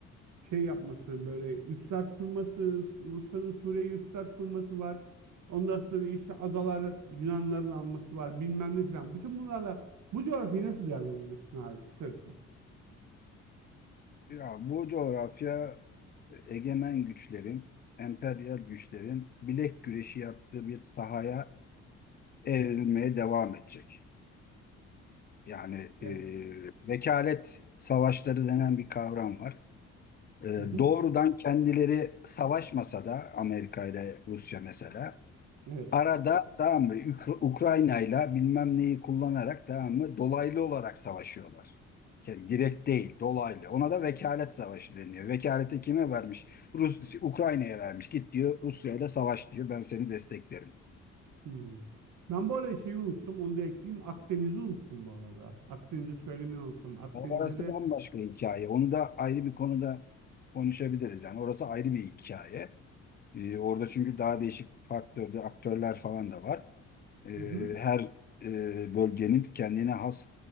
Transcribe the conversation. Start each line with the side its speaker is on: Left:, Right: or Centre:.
Right: şey yapması böyle üsler kurması, Rusya'nın Suriye'ye üsler kurması var. Ondan sonra işte adalar Yunanların alması var bilmem ne filan. Bütün bunlarla bu coğrafyayı nasıl değerlendiriyorsun abi kısacası?
Left: Ya bu coğrafya egemen güçlerin, emperyal güçlerin bilek güreşi yaptığı bir sahaya evrilmeye devam edecek. Yani
Right: Evet.
Left: e, vekalet savaşları denen bir kavram var. E,
Right: Hı hı.
Left: doğrudan kendileri savaşmasa da Amerika ile Rusya mesela
Right: Evet.
Left: Arada tamam mı Ük- Ukrayna'yla bilmem neyi kullanarak tamam mı dolaylı olarak savaşıyorlar. Yani direkt değil dolaylı. Ona da vekalet savaşı deniyor. Vekaleti kime vermiş? Rus Ukrayna'ya vermiş. Git diyor Rusya'yla savaş diyor. Ben seni desteklerim.
Right: Hmm. Ben bu arada şeyi unuttum, onu da ekleyeyim. Akdeniz'i unuttum bu arada. Akdeniz'i söylemeyi unuttum. Akdeniz'de
Left: Ama Orası
Right: de
Left: bambaşka hikaye. Onu da ayrı bir konuda konuşabiliriz. Yani orası ayrı bir hikaye. Ee, orada çünkü daha değişik faktörde aktörler falan da var. E,
Right: hı hı.
Left: her e, bölgenin kendine has